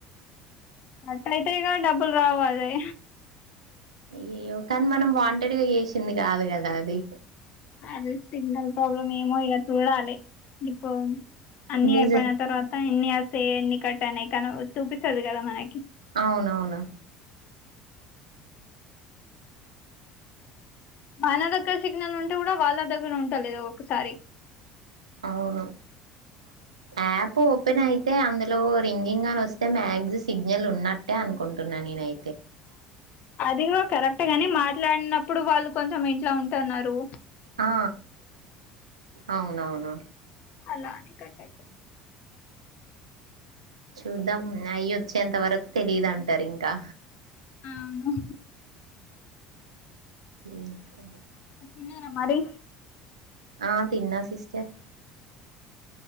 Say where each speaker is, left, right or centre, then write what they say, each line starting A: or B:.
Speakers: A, on the left; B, on the right.
A: కట్ అయితేగా డబ్బులు రావు అదే
B: అయ్యో కానీ మనం వాం ఇక్కడిగా చేసింది కాదు కదా అది
A: అ సిగ్నల్ ప్రాబ్లమ్ ఏమో ఇలా చూడాలి ఇప్పు అన్ని
B: నిజ
A: అయిపోయిన తర్వాత ఇన్ని స ఎన్ని కట్టానాయి కానీ చూపిస్తది కదా మనకి
B: అవునవును
A: మన దగ్గర సిగ్నల్ ఉంటే కూడా వాళ్ళ దగ్గర ఉంటాలదు ఒకసారి
B: అవును ఆ పో న్ అయితే అందులో రింగింగ్ అని వస్తే మ్యాగ్జి సిగ్నల్ ఉన్నట్టే అనుకుంటున్నా నేనై
A: అది కూడా కరెక్టే గాని మాట్లాడినప్ ఇప్పుడు వాళ్ళు కొంచెం ఇంట్లో ఉంటన్నరు
B: ఆ అవునవును
A: అలా అని కట్టయిపోయింది
B: చూద్దాం నయి వచ్చేంత వరకు తెలిదంటారు ఇంకా
A: అవును
B: ఓ హో
A: తిన్నారా మరి
B: ఆ తిన్నా సిస్టర్